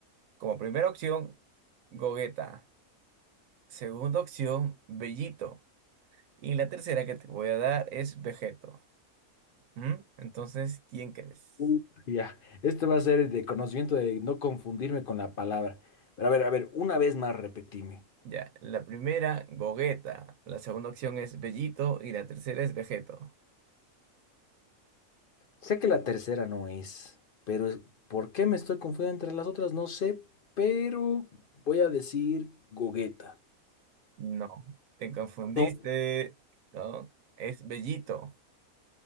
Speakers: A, on the right; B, on the left.
A: Como primera opción, Gogeta. Segunda opción, Bellito. Y la tercera que te voy a dar es Vegeto. ¿Mm? Entonces, ¿quién crees?
B: Uh. <laughs> Ya, este va a ser de conocimiento de no confundirme con la palabra. Pero a ver, a ver, una vez más repetime.
A: Ya, la primera, Gogeta. La segunda opción es Bellito y la tercera es Vegeto.
B: Sé que la tercera no es, pero es- ¿por qué me estoy confundiendo entre las otras? No sé, pero voy a decir Gogeta.
A: No, te confundiste.
B: No.
A: No, es Bellito.